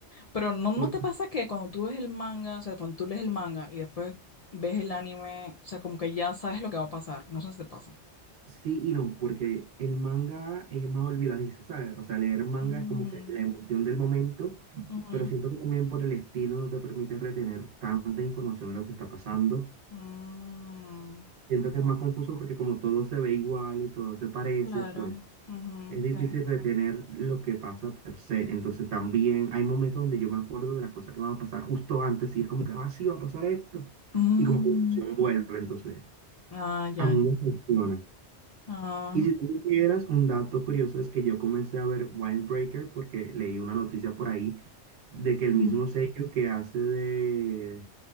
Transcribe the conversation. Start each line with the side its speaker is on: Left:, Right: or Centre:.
Left: Pero no, ¿no
Right: Porque,
Left: te pasa que cuando tú ves el manga, o sea, cuando tú lees el manga y después ves el anime, o sea, como que ya sabes lo que va a pasar? No sé si te pasa.
Right: sí y no, porque el manga es más olvidadizo, ¿sabes? O sea, leer manga
Left: Mm,
Right: es como que la emoción del momento,
Left: ujú,
Right: pero siento que también por el estilo no te permite retener tanta información de lo que está pasando.
Left: mm.
Right: Siento
Left: Wow.
Right: que es más confuso porque como todo se ve igual y todo se parece,
Left: Claro.
Right: pues
Left: ujú,
Right: es difícil
Left: sí.
Right: retener lo que pasa per se. Entonces también hay momentos donde yo me acuerdo de las cosas que van a pasar justo antes y es como que, ah, sí, va a pasar esto.
Left: Mm,
Right: Y como que la emoción vuelve, entonces
Left: Ah, ya.
Right: a mí me funciona.
Left: Ah,
Right: Y si tú supieras, un dato curioso es que yo comencé a ver Windbreaker porque leí una noticia por ahí de que el
Left: ujú.
Right: mismo sello que hace de,